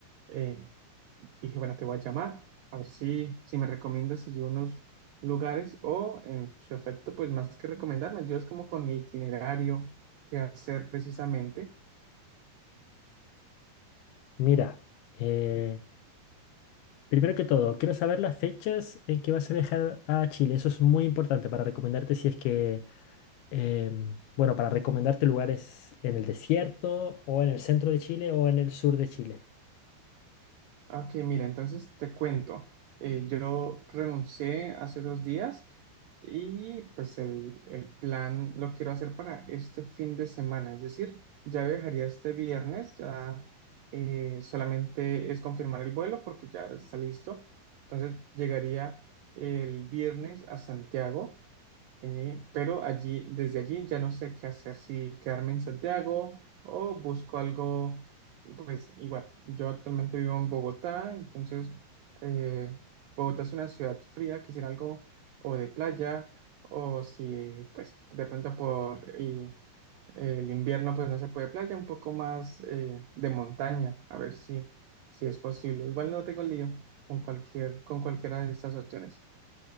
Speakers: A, on the right (about 80°); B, on the left (about 75°).
A: eh, dije, bueno, te voy a llamar a ver si, si me recomiendas allí unos lugares o en su efecto, pues más que recomendarme, yo es como con el itinerario que hacer precisamente.
B: Mira, eh, primero que todo, quiero saber las fechas en que vas a viajar a Chile, eso es muy importante para recomendarte si es que, em, bueno, para recomendarte lugares en el desierto o en el centro de Chile o en el sur de Chile.
A: Ok, mira, entonces te cuento. Eh, yo renuncié hace dos días y pues el, el plan lo quiero hacer para este fin de semana. Es decir, ya viajaría este viernes, ya eh, solamente es confirmar el vuelo porque ya está listo. Entonces llegaría el viernes a Santiago eh, pero allí, desde allí ya no sé qué hacer, si quedarme en Santiago o busco algo, pues igual, yo actualmente vivo en Bogotá, entonces eh, Bogotá es una ciudad fría, quisiera algo o de playa, o si pues de pronto por el, el invierno pues no se puede playa, un poco más eh, de montaña, a ver si, si es posible. Igual no tengo lío con cualquier, con cualquiera de estas opciones.